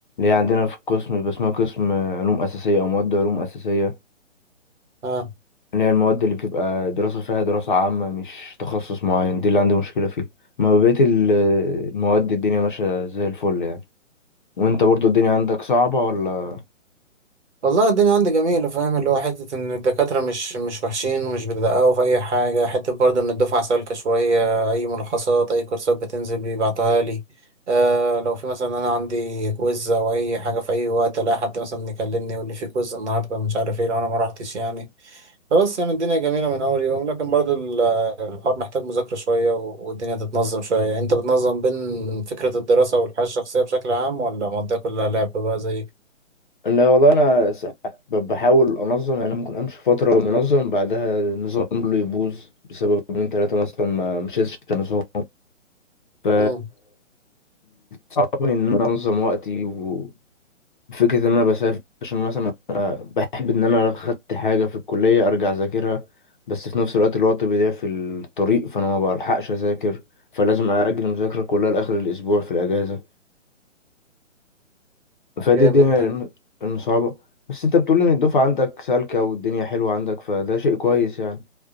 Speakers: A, on the left (about 40°); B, on the right (about 60°).
A: هي عندنا في القسم بيبقى اسمها قسم علوم اساسيه او مواد علوم اساسيه
B: اه
A: اللي هي المواد اللي بتبقى دراسه فيها دراسه عامه مش تخصص معين دي اللي عندي مشكله فيها ما بقيت ال- المواد الدنيا ماشيه زي الفل يعني وانت برضو الدنيا عندك صعبه ولا
B: والله الدنيا عندي جميلة فاهم اللي هو حتة إن الدكاترة مش مش وحشين ومش بيدققوا في أي حاجة حتة برضه إن الدفعة سالكة شوية أي ملخصات أي كورسات بتنزل بيبعتوها لي آه لو في مثلا أنا عندي كويز أو أي حاجة في أي وقت ألاقي حد مثلا يكلمني يقول لي في كويز النهاردة مش عارف إيه لو أنا ما روحتش يعني فبس يعني الدنيا جميلة من أول يوم لكن برضه ال- الحوار محتاج مذاكرة شوية و- والدنيا تتنظم شوية أنت بتنظم بين فكرة الدراسة والحياة الشخصية بشكل عام ولا مقضيها كلها لعب بقى زي
A: انا والله انا س- ب- بحاول انظم يعني أنا ممكن امشي فتره منظم بعدها النظام كله يبوظ بسبب من ثلاثه مثلا ما مشيتش في النظام ف
B: مم.
A: صعب ان انا انظم وقتي وفكره ان انا بسافر عشان مثلا أنا بحب ان انا لو خدت حاجه في الكليه ارجع اذاكرها بس في نفس الوقت الوقت بيضيع في الطريق فانا ما بلحقش اذاكر فلازم اجل المذاكره كلها لاخر الاسبوع في الاجازه فدي
B: جامد
A: دي
B: ده
A: الم- المصعبة بس انت بتقول ان الدفعة عندك سالكة والدنيا حلوة عندك فده شيء كويس يعني